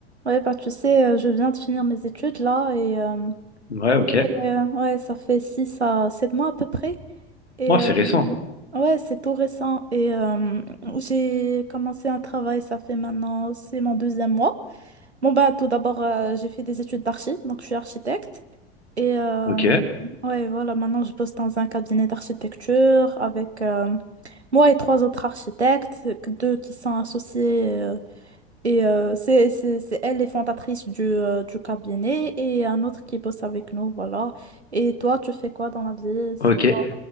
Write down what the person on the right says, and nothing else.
Ouais, bah tu sais, euh, je viens de finir mes études là et euh,
et, euh, ouais, ça fait 6 à 7 mois à peu près. Et
euh,
ouais, c'est tout récent. Et euh, j'ai commencé un travail, ça fait maintenant, c'est mon deuxième mois. Bon, bah tout d'abord, euh, j'ai fait des études d'archi, donc je suis architecte. Et euh,
ouais, voilà, maintenant je bosse dans un cabinet d'architecture avec euh, moi et trois autres architectes, deux qui sont associés. euh, et euh, c'est, c'est, c'est elle les fondatrices du, euh, du cabinet et un autre qui bosse avec nous, voilà. Et toi, tu fais quoi dans la vie?
C'est quoi,